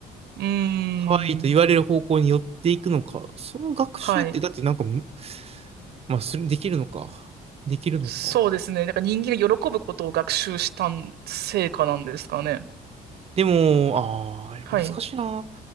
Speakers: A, on the right (about 70°); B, on the right (about 35°).
A: うーん。
B: 可愛いと言われる方向に寄っていくのか。その学習って、
A: はい。
B: だってなんかむ、まあ、する、できるのか。できるのか。
A: そうですね。なんか人間が喜ぶことを学習した成果なんですかね。
B: でも、ああ、
A: はい。
B: 難しいな。